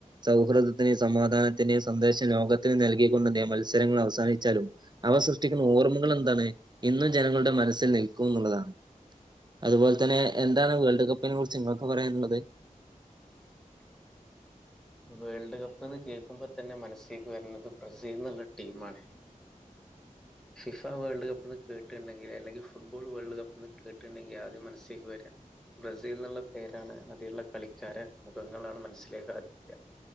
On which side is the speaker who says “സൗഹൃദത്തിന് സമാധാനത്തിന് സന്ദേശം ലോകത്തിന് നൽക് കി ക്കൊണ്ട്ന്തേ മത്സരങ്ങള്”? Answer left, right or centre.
Right